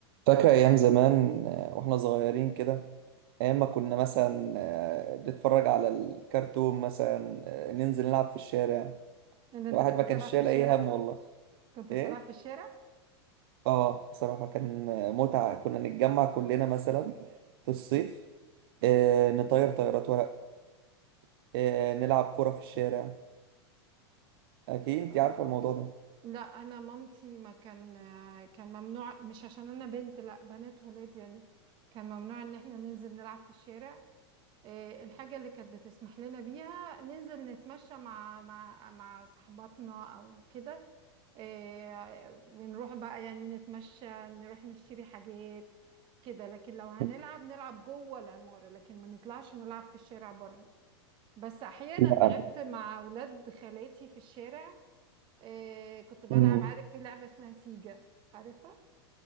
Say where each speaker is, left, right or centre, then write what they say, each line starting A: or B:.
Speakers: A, on the right; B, on the right.
A: فاكرة أيام زمان آه، وإحنا صغيرين كده أيام ما كنا مثلا آه، نتفرج على الكرتون مثلا آه، ننزل نلعب في الشارع
B: إن أنت
A: الواحد
B: كنت
A: ما
B: بتلعب
A: كانش شايل
B: في الشارع
A: أي هم والله
B: كنت
A: إيه؟
B: بتلعب في الشارع
A: آه بصراحة كان آه، متعة كنا نتجمع كلنا مثلا في الصيف آه، نطير طيارات ورق آه، نلعب كرة في الشارع أكيد أنت عارفة الموضوع ده
B: لا أنا مامتي ما كان كان ممنوع مش عشان أنا بنت لا بنات ولاد يعني كان ممنوع إن إحنا ننزل نلعب في الشارع إيه، الحاجة اللي كانت بتسمح لنا بيها ننزل نتمشى مع مع مع صحباتنا أو كده إيه، ونروح بقى يعني نتمشى نروح نشتري حاجات كده لكن لو هنلعب
A: <laughs>
B: نلعب جوه العمارة لكن ما نطلعش نلعب في الشارع بره بس احيانا
A: لا
B: لعبت مع اولاد خالاتي في الشارع آه كنت بلعب
A: أمم.
B: عارف في لعبه اسمها سيجا عارفها